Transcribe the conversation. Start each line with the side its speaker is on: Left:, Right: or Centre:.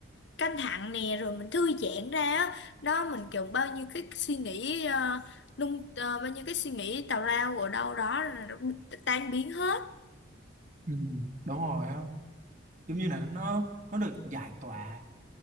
Left: căng thẳng nè Rồi mình thư giãn ra á Đó mình kiểu bao nhiêu cái suy nghĩ uh, lung ờ, Bao nhiêu cái suy nghĩ tào lao ở đâu đó là nó tan biến hết
Right: Ừ, đúng rồi á giống như là nó nó được giải tỏa